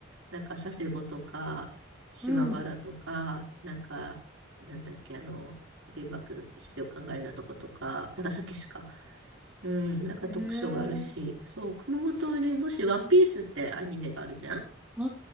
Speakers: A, on the right (about 85°); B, in the centre.
A: なんか佐世保とか、島原とか、
B: うん。
A: なんか、なんだっけ、あの、原爆資料館があるようなとことか、長崎市か。うん、なんか特徴があるし、
B: ええ
A: そう、熊本はね、もしワンピースってアニメがあるじゃん
B: ああ、